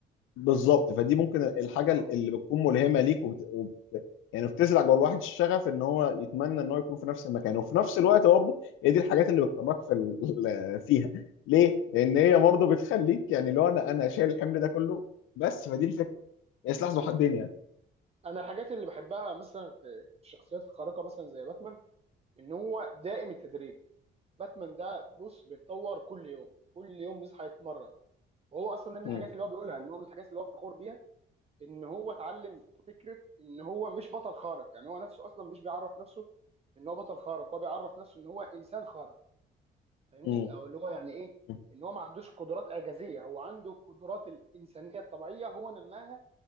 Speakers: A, on the left; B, on the right.
A: بالظبط فدي ممكن الحاجه
B: اه اه
A: اللي بتكون ملهمه ليك وبت... وبت... يعني بتزرع جوه الواحد الشغف ان هو يتمنى ان هو يكون في نفس المكان وفي نفس الوقت برضه هي دي الحاجات اللي بتطمك في ال... <laughs> فيها ليه؟ لان هي برضه بتخليك يعني لو انا انا شايل الحمل ده كله بس فدي الفكره هي سلاح ذو
B: مم.
A: حدين يعني
B: انا الحاجات اللي بحبها مثلا في في الشخصيات الخارقه مثلا زي باتمان ان هو دائم التدريب باتمان ده بص بيتطور كل يوم كل يوم بيصحى يتمرن وهو اصلا ده من
A: مم.
B: الحاجات اللي هو بيقولها ان هو من الحاجات اللي هو فخور بيها ان هو اتعلم فكره ان هو مش بطل خارق يعني هو نفسه اصلا مش بيعرف نفسه ان هو بطل خارق هو بيعرف نفسه ان هو انسان خارق فاهمني
A: مم.
B: او اللي هو يعني ايه
A: مم.
B: ان هو ما عندوش قدرات اعجازيه هو عنده القدرات الانسانيه الطبيعيه هو نماها